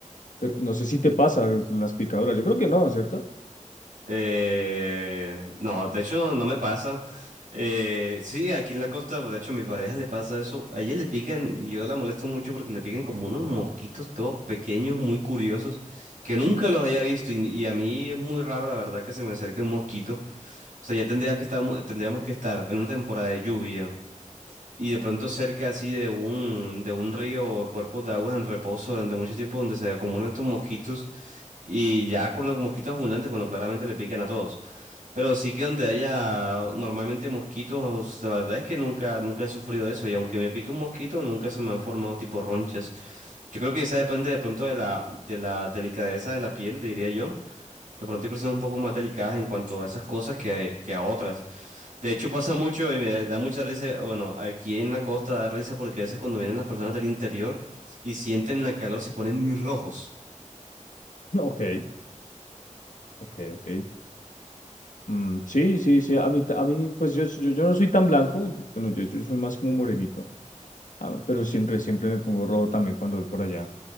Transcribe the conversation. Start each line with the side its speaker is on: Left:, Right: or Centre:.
Left: pero no sé si te pasa con las picaduras. Yo creo que no, ¿cierto? <laughs>
Right: Eh, no, de hecho no, no me pasa. Eh, sí, aquí en la costa, de hecho, a mi pareja le pasa eso. A ella le pican, y yo la molesto mucho porque le pican como unos mosquitos todos pequeños, muy curiosos, que nunca los había visto. Y, y a mí es muy raro, la verdad, que se me acerque un mosquito. O sea, ya tendría que estar, tendríamos que estar en una temporada de lluvia. Y de pronto cerca así de un, de un río o cuerpos de aguas en reposo durante mucho tiempo donde se acumulan estos mosquitos y ya con los mosquitos abundantes, bueno, claramente le pican a todos. Pero sí que donde haya normalmente mosquitos, la verdad es que nunca, nunca he sufrido eso y aunque me pique un mosquito, nunca se me han formado tipo ronchas. Yo creo que eso depende de pronto de la, de la delicadeza de la piel, diría yo. De pronto hay personas un poco más delicadas en cuanto a esas cosas que, que a otras. De hecho pasa mucho y me da mucha risa, bueno, aquí en la costa da risa porque a veces cuando vienen las personas del interior y sienten la calor se ponen muy rojos.
Left: No, ok, ok, ok. Mm, sí, sí, sí. A mí, ta- a mí pues yo, yo, yo no soy tan blanco. yo- bueno, yo, yo soy más como morenito, ah, pero siempre, siempre me pongo rojo también cuando voy por allá.